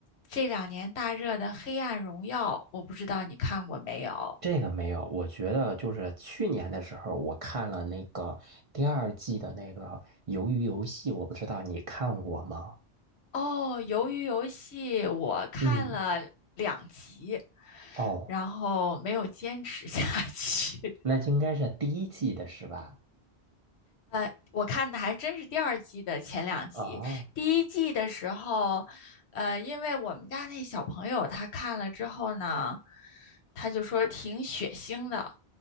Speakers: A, on the left (about 85°); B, on the right (about 40°).
A: 这两年大热的《黑暗荣耀》，我不知道你看过没有？
B: 这个没有。我觉得就是去年的时候，我看了那个第二季的那个《鱿鱼游戏》，我不知道你看过吗？
A: 哦，鱿鱼游戏我看了两集，
B: 嗯，哦，
A: 然后没有坚持下 <laughs> 去。
B: 那应该是第一季的是吧？
A: 呃，我看的还真是第二季的前两集。
B: 哦，
A: 第一季的时候，呃，因为我们家那小朋友他看了之后呢，他就说挺血腥的，